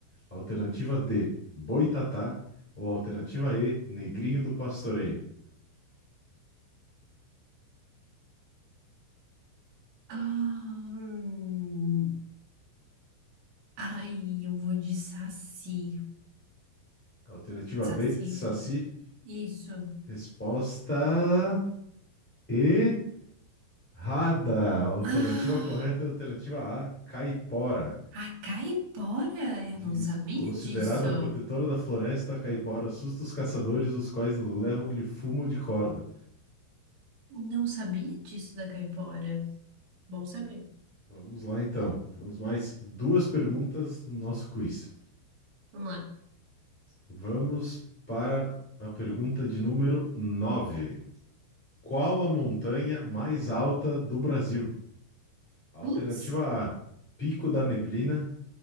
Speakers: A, in the centre; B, on the right (about 70°).
A: Alternativa D, boitatá. Ou alternativa E, negrinho do pastoreio.
B: Ah, hum. Ai, eu vou de saci.
A: Alternativa
B: Saci,
A: B, saci.
B: isso.
A: Resposta E. Rada, alternativa
B: Ah,
A: correta é a alternativa A, caipora.
B: a caipora? Eu
A: Isso,
B: não sabia
A: considerada
B: disso.
A: protetora da floresta, a caipora assusta os caçadores, os quais levam-lhe fumo de corda.
B: Não sabia disso da caipora. Bom saber.
A: Vamos lá então. Temos mais duas perguntas no nosso quiz.
B: Vamos lá.
A: Vamos para a pergunta de número 9. Qual a montanha mais alta do Brasil? Alternativa
B: Putz,
A: A, Pico da Neblina.